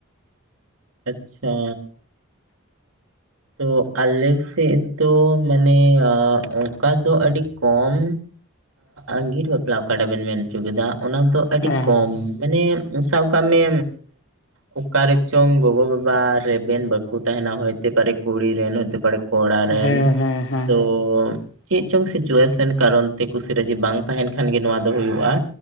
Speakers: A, on the right; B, on the left.
A: ᱟᱪᱪᱷᱟ ᱛᱚ ᱟᱞᱮ ᱥᱮᱫ ᱫᱚ ᱢᱟᱱᱮ ᱚᱱᱠᱟ ᱫᱚ ᱟᱹᱰᱤ ᱠᱚᱢ ᱟᱜᱤᱨ ᱵᱟᱯᱞᱟ ᱚᱠᱟᱴᱟ ᱵᱮᱱ ᱢᱮᱱ ᱦᱚᱪᱚ ᱠᱮᱫᱟ ᱚᱱᱟ ᱫᱚ ᱟᱹᱰᱤ
B: ᱦᱮᱸ
A: ᱠᱚᱢ ᱢᱟᱱᱮ ᱥᱟᱵ ᱠᱟᱜᱢᱮ ᱚᱠᱟᱨᱮ ᱪᱚᱝ ᱜᱚᱜᱚ ᱵᱟᱵᱟ ᱨᱮᱵᱮᱱ ᱵᱟᱠᱚ ᱛᱟᱦᱮᱱᱟ ᱦᱚᱭᱛᱮ ᱯᱟᱨᱮ ᱠᱩᱲᱤ ᱨᱮᱱ ᱦᱚᱛᱮ ᱯᱟᱨᱮ ᱠᱚᱲᱟ
B: ᱦᱮᱸ
A: ᱨᱮᱱ
B: ᱦᱮᱸ ᱦᱮᱸ
A: ᱛᱚ ᱪᱮᱫ ᱪᱚᱝ ᱥᱤᱪᱩᱭᱮᱥᱚᱱ ᱠᱟᱨᱚᱱ ᱛᱮ ᱠᱩᱥᱤ ᱨᱟᱹᱡᱤ ᱵᱟᱝ ᱛᱟᱦᱮᱱ ᱠᱷᱟᱱ ᱜᱮ ᱱᱚᱣᱟ ᱫᱚ ᱦᱩᱭᱩᱜᱭᱼᱟ